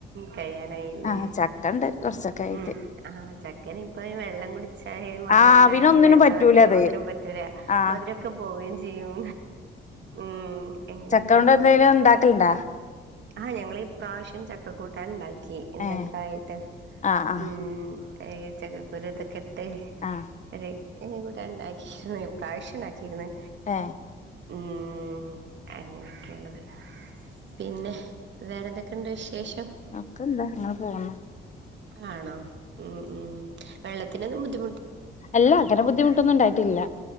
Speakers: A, on the right; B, on the left.
A: കഴിയാനായില്ലേ
B: ആഹ് ചക്കണ്ട് കുറച്ചൊക്കെ ആയിട്ട്
A: ഉം ആ ചക്കന് ഇപ്പൊ വെള്ളം കുടിച്ചായി മഴയൊക്കായി
B: ആഹ് അവിനൊന്നിനും
A: വെള്ളതൊക്കെ
B: പറ്റൂല അത്
A: മോന്നിനം പറ്റൂല
B: ആഹ്
A: മധുരമൊക്കെ പോവയും ചെയ്യും ഉം എങ്ങനെയൊക്കെയുള്ളത്
B: ചക്ക ണ്ട് എന്തെലും ഉണ്ടാക്കലണ്ടാ
A: ആഹ് ഞങ്ങൾ ഈ പ്രാവശ്യം ചക്കക്കൂട്ടാൻ ഉണ്ടാക്കി എന്തൊക്കായിട്ട്
B: ഏഹ് ആഹ് ആഹ്
A: ഉം ഈ ചക്കക്കുരുതൊക്കെ ഏ
B: ആഹ്
A: ഒരെ എറെ കൂട്ടാൻ ഉണ്ടാക്കിയിരുന്നു പ്രാവശ്യം ഉണ്ടാക്കിയിരുന്നു
B: ആ
A: ഉം അങ്ങനെയൊക്കെഉള്ളത് പിന്നെ വേറെ എന്തൊക്കെയുണ്ട് വിശേഷം
B: അക്കെന്താ അങ്ങനെ പോന്ന്
A: ആണോ ഉം ഉം വെള്ളത്തി അതിനൊന്നും ബുദ്ധി
B: അല്ല അങ്ങന ബുദ്ധിമുട്ടൊന്നും ഉണ്ടായിട്ടില്ല